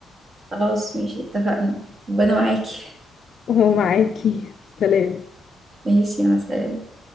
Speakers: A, on the right; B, on the left.
A: خلاص ماشي اتفقنا ربنا معاكي
B: <laughs> ومعاكي سلام
A: ماشي مع السلامة